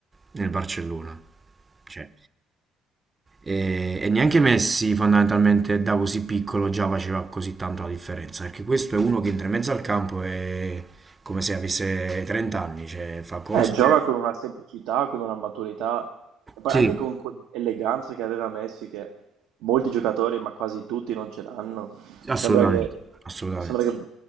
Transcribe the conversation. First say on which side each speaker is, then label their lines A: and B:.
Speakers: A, on the right; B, on the right.
A: nel Barcellona. Cioè, E, e neanche Messi fondamentalmente da così piccolo già faceva così tanto la differenza, perché questo è uno che entra in mezzo al campo e come se avesse 30 anni, cioè fa cose...
B: Eh, gioca con una semplicità, con una maturità, e poi
A: Sì,
B: anche con quell'eleganza che aveva Messi, che molti giocatori, ma quasi tutti, non ce l'hanno.
A: assolutamente,
B: Sembra che,
A: assolutamente.
B: sembra che